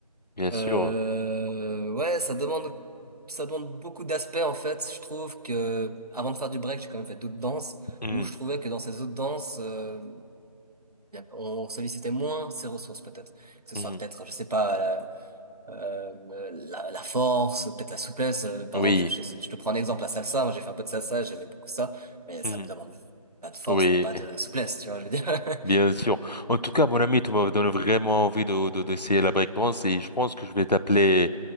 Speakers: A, on the left (about 80°); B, on the right (about 65°).
A: bien sûr.
B: Euh, ouais, ça demande, ça demande beaucoup d'aspects en fait. Je trouve que avant de faire du break, j'ai quand même fait d'autres danses
A: Hmm,
B: où je trouvais que dans ces autres danses, euh, y a- on sollicitait moins ses ressources peut-être. Que ce
A: hmm.
B: soit peut-être, je sais pas, la, euh, la, la force, peut-être la souplesse. Euh, Par
A: Oui,
B: exemple, je, je- je te prends un exemple, la salsa. Moi, j'ai fait un peu de salsa, j'aimais beaucoup ça, mais
A: hmm,
B: ça me demande pas de force
A: oui.
B: ni pas de souplesse, tu vois. Je veux dire, <laughs>
A: Bien sûr. En tout cas, mon ami, tu me donnes vraiment envie de, de, d'essayer la breakdance et je pense que je vais t'appeler